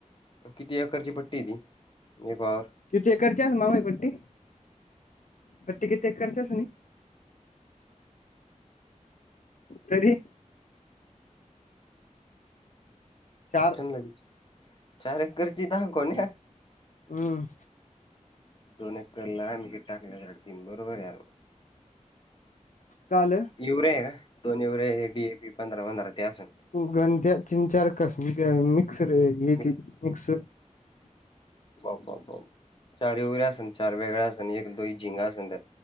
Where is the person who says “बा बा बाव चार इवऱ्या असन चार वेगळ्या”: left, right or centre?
Left